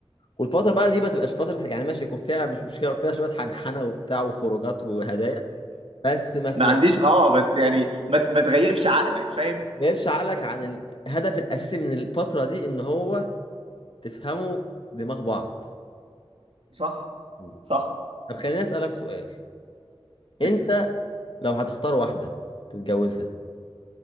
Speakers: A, on the left; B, on the right.
A: والفتره بقى دي ما تبقاش فتره يعني ماشي يكون فيها مش مشكله فيها شويه حنحنه وبتاع وخروجات وهدايا بس ما في
B: ما
A: يعني
B: عنديش اه بس يعني ما ت- ما تغيبش عقلك فاهم
A: جايبش عقلك عن الهدف الاساسي من الفتره دي ان هو تفهموا دماغ بعض
B: صح
A: مم.
B: صح
A: طب خليني اسالك سؤال انت
B: بس
A: لو هتختار واحده تتجوزها